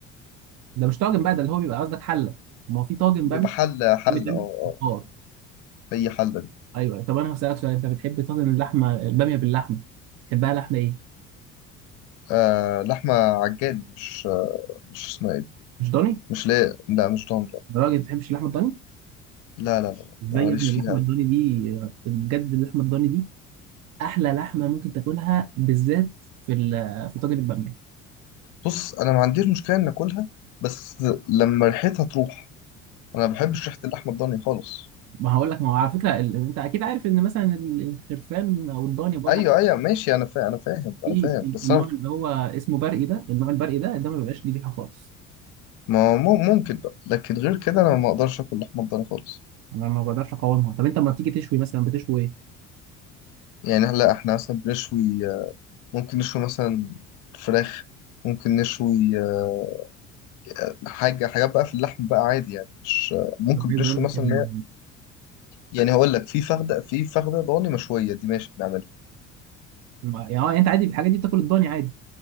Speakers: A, on the right (about 45°); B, on the left (about 50°).
A: ده مش طاجن بقى ده اللي هو بيبقى قصدك حله ما هو في طاجن
B: بيبقى
A: باميه
B: حله حله
A: هو بيتعمل
B: اه اه
A: في فخار
B: هي حله دي
A: ايوه أيوة. طب انا هسالك سؤال انت بتحب طاجن اللحمه الباميه باللحمه بتحبها لحمه ايه
B: آه لحمه عجالي مش آه مش اسمها إيه دي.
A: مش ضاني
B: مش لا لا مش ضامن لا
A: يا راجل ما بتحبش اللحمه الضاني
B: لا لا لا لا،
A: ازاي
B: ماليش
A: يا ابني اللحمه
B: فيها أوي.
A: الضاني دي آه، بجد اللحمه الضاني دي احلى لحمه ممكن تاكلها بالذات في ال- في طاجن الباميه
B: بص انا ما عنديش مشكله ان اكلها بس لما ريحتها تروح انا ما بحبش ريحه اللحمه الضاني خالص
A: ما هقول لك ما هو على فكره ال... انت اكيد عارف ان مثلا ال- الخرفان او الضاني بوجه
B: ايوه
A: عام،
B: ايوه ماشي انا فاهم انا فاهم
A: في
B: انا فاهم
A: ال-
B: بس
A: النوع
B: انا
A: اللي هو اسمه برقي ده النوع البرقي ده ده ما بيبقاش ليه ريحه خالص
B: ما مم- ممكن بقى لكن غير كده انا ما اقدرش اكل لحمه الضاني خالص
A: انا ما بقدرش اقاومها طب انت لما بتيجي تشوي مثلا بتشوي ايه؟
B: يعني هلا احنا مثلا بنشوي ممكن نشوي مثلا فراخ ممكن نشوي آه، حاجه حاجات بقى في اللحم بقى عادي يعني مش ممكن
A: طب عايز
B: بنشوي
A: اقول لك
B: مثلا
A: يعني
B: يعني هقول لك في فخده في فخده ضاني مشويه دي ماشي بنعملها
A: ما- يعني آه، انت عادي الحاجات دي بتاكل الضاني عادي